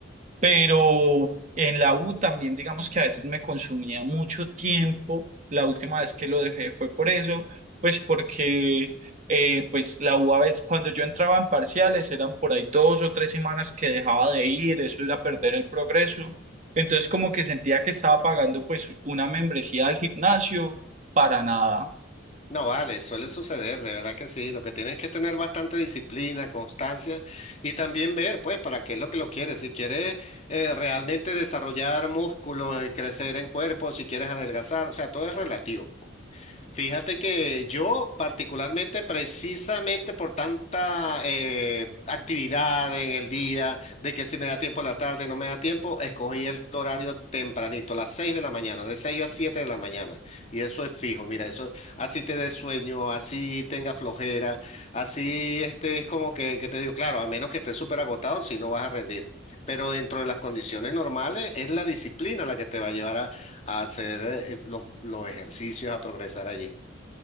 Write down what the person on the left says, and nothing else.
No, vale, suele suceder, de verdad que sí. Lo que tienes es que tener bastante disciplina, constancia y también ver, pues, para qué es lo que lo quieres. Si quieres eh, realmente desarrollar músculo y crecer en cuerpo, si quieres adelgazar, o sea, todo es relativo. Fíjate que yo particularmente, precisamente por tanta eh, actividad en el día, de que si me da tiempo en la tarde, no me da tiempo, escogí el horario tempranito, las 6 de la mañana, de 6 a 7 de la mañana. Y eso es fijo, mira, eso así te dé sueño, así tenga flojera, así este es como que, que te digo, claro, a menos que estés súper agotado, si no vas a rendir. Pero dentro de las condiciones normales es la disciplina la que te va a llevar a, a hacer eh, los, los ejercicios, a progresar allí.